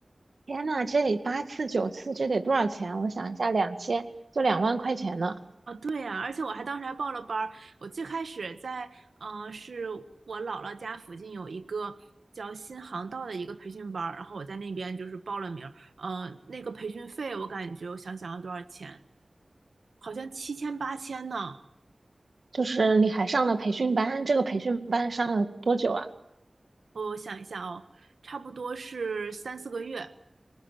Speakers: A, on the right (about 70°); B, on the right (about 85°).
A: 天呐，这八次九次，这得多少钱？我想一下，两千就两万块钱呢。
B: 啊，对呀，而且我还当时还报了班儿。我最开始在，嗯、是我姥姥家附近有一个叫新航道的一个培训班儿，然后我在那边就是报了名儿。嗯、那个培训费我感觉，我想想要多少钱，好像七千八千呢。
A: 就是你还上了培训班，这个培训班上了多久啊？
B: 我想一下哦，差不多是三四个月。